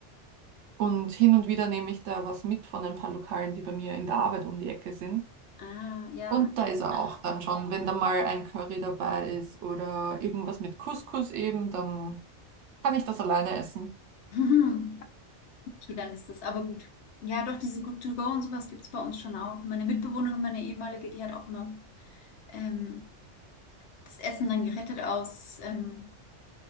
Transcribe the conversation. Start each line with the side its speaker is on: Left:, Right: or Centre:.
Right: Und hin und wieder nehme ich da was mit von ein paar Lokalen, die bei mir in der Arbeit um die Ecke sind.
Left: Ah, ja.
Right: Und da ist
Left: <laughs>
Right: er auch dann schon, wenn da mal ein Curry dabei ist oder irgendwas mit Couscous eben, dann kann ich das alleine essen.
Left: Mhm. Okay, dann ist das aber gut. Ja, doch, diese Good-to-go und sowas gibt es bei uns schon auch. Meine Mitbewohnerin, meine ehemalige, die hat auch immer ähm, das Essen dann gerettet aus ähm,